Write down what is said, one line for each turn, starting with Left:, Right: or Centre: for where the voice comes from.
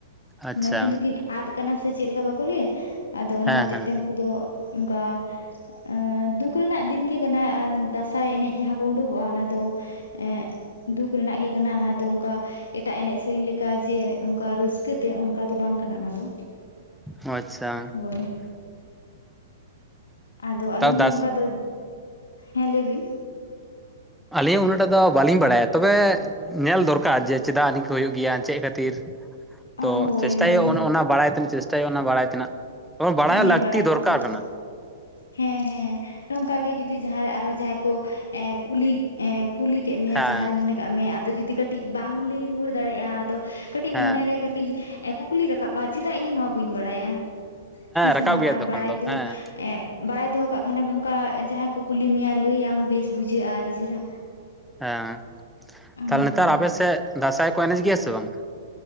Centre: ᱟᱪᱪᱷᱟ
Left: ᱢᱟᱱᱮ ᱩᱱᱠᱤᱱ ᱫᱚᱠᱤᱱ ᱟᱫ ᱠᱟᱱᱟ ᱥᱮ ᱪᱮᱫ ᱞᱮᱠᱟ ᱵᱟᱠᱚ ᱞᱟᱹᱭ-ᱟ ᱟᱫᱚ ᱚᱱᱟ
Centre: ᱦᱮᱸ
Left: ᱦᱚᱛᱮᱡ
Centre: ᱦᱮᱸ
Left: ᱛᱮ ᱩᱱᱠᱩ ᱫᱚ ᱚᱱᱠᱟ ᱮ ᱫᱩᱠ ᱨᱮᱱᱟᱜ ᱫᱤᱱ ᱜᱮ ᱠᱟᱱᱟ᱾ᱟᱨ ᱫᱟᱸᱥᱟᱭ ᱮᱱᱮᱡ ᱡᱟᱦᱟ ᱠᱚ ᱳᱰᱳᱠ ᱚᱜᱼᱟ ᱚᱱᱟ ᱫᱚ ᱮ ᱫᱩᱠ ᱨᱮᱱᱟᱜ ᱜᱮ ᱠᱟᱱᱟ ᱚᱱᱟ ᱫᱚ ᱚᱱᱠᱟ ᱮᱴᱟᱜ ᱮᱱᱮᱡ ᱥᱮᱨᱮᱧ ᱞᱮᱠᱟ ᱡᱮ ᱚᱱᱠᱟ ᱨᱟᱹᱥᱠᱟᱹᱛᱮ ᱚᱱᱠᱟ ᱫᱚ ᱵᱟᱝ ᱠᱟᱱᱟ ᱚᱱᱟ ᱫᱚ᱾
Centre: ᱚ. ᱟᱪᱪᱷᱟ᱾
Left: ᱦᱳᱭ ᱟᱫᱚ ᱟᱹᱞᱤᱧ
Centre: ᱛᱟᱣ ᱫᱟᱥ
Left: ᱦᱚᱸ ᱚᱱᱠᱟ ᱫᱚ ᱦᱮᱸ ᱞᱟᱹᱭ ᱵᱤᱱ᱾
Centre: ᱟᱹᱞᱤᱧ ᱦᱚᱸ ᱩᱱᱟᱹᱜ ᱴᱟᱜ ᱫᱚ ᱵᱟᱭᱟᱹᱞᱤᱧ ᱵᱟᱲᱟᱭᱟ ᱛᱚᱵᱮ ᱧᱮᱞ ᱫᱚᱨᱠᱟᱨ ᱡᱮ ᱪᱮᱫᱟᱜ ᱱᱤᱣᱠᱟᱹᱱᱤ ᱦᱩᱭᱩᱜ ᱜᱮᱭᱟ ᱪᱮᱫ ᱠᱷᱟᱹᱛᱤᱨ? ᱛᱚ
Left: ᱦᱳᱭ
Centre: ᱪᱮᱥᱴᱟᱭ
Left: ᱦᱳᱭ
Centre: ᱦᱳᱭᱳᱜ-ᱟ ᱚᱱᱟ ᱵᱟᱲᱟᱭ ᱛᱮᱱᱟᱜ ᱪᱮᱥᱴᱟᱭ ᱦᱳᱭᱳᱜᱼᱟ ᱚᱱᱟ ᱵᱟᱲᱟᱭ ᱛᱮᱱᱟᱜ ᱮᱚᱝ ᱵᱟᱲᱟᱭ
Left: ᱦᱮᱸ
Centre: ᱞᱟᱹᱠᱛᱤ ᱫᱚᱨᱠᱟᱨ
Left: ᱛᱮᱱᱟᱜ
Centre: ᱠᱟᱱᱟ᱾
Left: ᱦᱮᱸ ᱦᱮᱸ ᱱᱚᱝᱠᱟ ᱜᱮ ᱡᱩᱫᱤ ᱡᱟᱦᱟ ᱨᱮ ᱟᱨᱦᱚᱸ ᱡᱟᱦᱟᱭ ᱠᱚ ᱮᱸᱻ ᱠᱩᱞᱤ ᱮᱸᱻ ᱠᱩᱞᱤ ᱠᱮᱫ ᱢᱮᱭᱟ
Centre: ᱦᱮᱸ
Left: ᱡᱟᱦᱟ ᱨᱮ ᱢᱚᱱᱮ ᱠᱟᱜ ᱢᱮ ᱟᱫᱚ ᱡᱩᱫᱤ ᱠᱟᱹᱴᱤᱡ ᱵᱟᱢ ᱞᱟᱹᱭ ᱨᱩᱣᱟᱹᱲ ᱫᱟᱲᱮᱜᱼᱟ ᱟᱫᱚ ᱠᱟᱹᱴᱤᱡ
Centre: ᱦᱮᱸ
Left: ᱢᱚᱱᱮ ᱨᱮ ᱠᱟᱹᱴᱤᱡ ᱠᱩᱠᱞᱤ ᱨᱟᱠᱟᱵᱟ ᱪᱮᱫᱟᱜ ᱤᱧ ᱱᱚᱣᱟ ᱵᱟᱹᱧ ᱵᱟᱲᱟᱭᱟ᱾ ᱦᱮᱸ
Centre: ᱨᱟᱠᱟᱵ
Left: ᱥᱮ ᱵᱟᱝ
Centre: ᱜᱮᱭᱟ
Left: ᱟᱨ
Centre: ᱛᱚᱠᱷᱚᱱ
Left: ᱵᱟᱲᱟᱭ ᱫᱚ
Centre: ᱦᱮᱸ
Left: ᱮᱸᱻ ᱵᱟᱲᱟᱭ ᱫᱚᱦᱚ ᱠᱟᱜ ᱠᱷᱟᱱᱮᱢ ᱚᱱᱠᱟ ᱡᱟᱦᱟᱭ ᱠᱚ ᱠᱩᱞᱤ ᱢᱮᱭᱟ ᱞᱟᱹᱭ ᱟᱢ ᱵᱮᱥ ᱵᱩᱡᱷᱟᱹᱜᱼᱟ ᱟᱹᱰᱤ ᱪᱮᱨᱦᱟ᱾
Centre: ᱦᱮᱸ ᱛᱟᱦᱞᱮ
Left: ᱦᱳᱭ
Centre: ᱱᱮᱛᱟᱨ ᱟᱯ ᱥᱮᱫ ᱫᱟᱸᱥᱟᱭ ᱠᱚ ᱮᱱᱮᱡ ᱜᱮᱭᱟ ᱥᱮ ᱵᱟᱝ?